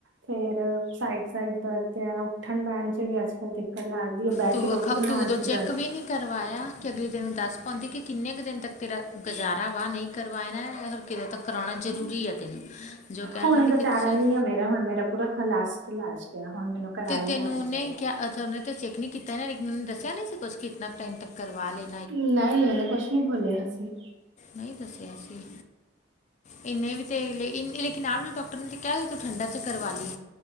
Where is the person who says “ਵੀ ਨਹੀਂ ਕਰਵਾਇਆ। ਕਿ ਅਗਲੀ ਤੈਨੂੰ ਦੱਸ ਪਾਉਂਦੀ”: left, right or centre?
Left